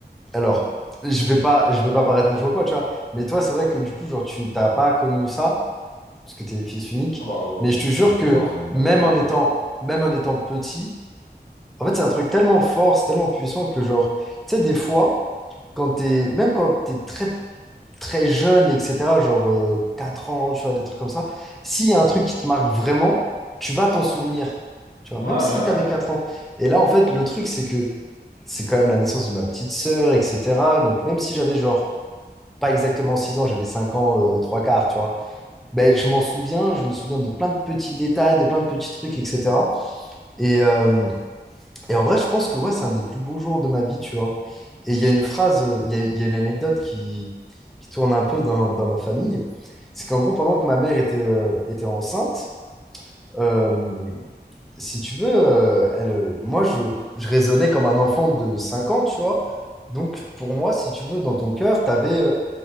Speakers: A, in the centre; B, on the left.
A: alors, je vais pas, je vais pas paraître méchant ou quoi, tu vois. Mais toi, c'est vrai que du coup, genre, tu t'as pas connu ça parce que t'es fils unique.
B: Ah bah, euh,
A: Mais je te jure
B: pas de méchant,
A: que
B: c'est la
A: même
B: vie, oui.
A: en étant, même en étant petit, en fait, c'est un truc tellement fort, c'est tellement puissant que genre, tu sais, des fois, quand t'es, même quand t'es très très jeune, etc., genre euh, 4 ans, tu vois, des trucs comme ça, s'il y a un truc qui te marque vraiment, tu vas t'en souvenir, tu vois,
B: Ouais,
A: même
B: ouais,
A: si tu avais 4 ans. Et là, en fait, le truc, c'est que c'est quand même la naissance de ma petite sœur, etc. Donc, même si j'avais genre pas exactement 6 ans, j'avais 5 ans, euh, 3 quarts, tu vois, ben, je m'en souviens, je me souviens de plein de petits détails, de plein de petits trucs, etc. Et, euh, et en vrai, je pense que ouais, c'est un des plus beaux jours de ma vie, tu vois. Et il y a une phrase, euh, il y a, il y a une anecdote qui, qui tourne un peu dans, dans ma famille. C'est qu'en gros, pendant que ma mère était, euh, était enceinte, euh, si tu veux, euh, elle, euh, moi, je, je raisonnais comme un enfant de 5 ans, tu vois. Donc, pour moi, si tu veux, dans ton cœur, tu avais,